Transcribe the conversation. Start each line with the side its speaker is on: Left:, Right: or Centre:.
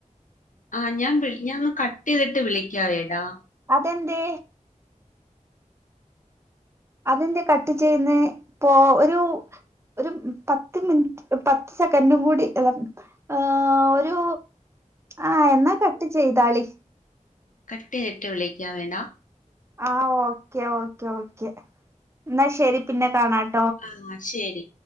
Left: ആ ഞാൻ വിളി ഞാൻ ഒന്ന് കട്ട് ചെയ്തിട്ട് വിളിക്കാ എടാ
Right: അതെന്തേ അത് എന്ത്യേ കട്ട് ചെയ്യുന്നേ പൊ ഒരു ഒരു പത്ത് മിനിറ്റ് പത്തു സെക്കൻഡും കൂടി അല്ല ഏ ഒരു ആ എന്നാ കട്ട്‌ ചെയ്യ് താളി
Left: കട്ട്‌ ചെയ്തിട്ട് വിളിക്കവേ ഡാ
Right: ആ ഒകെ ഒകെ ന്നാ ശെരി പിന്നെ കാണാ
Left: ആ ശെരി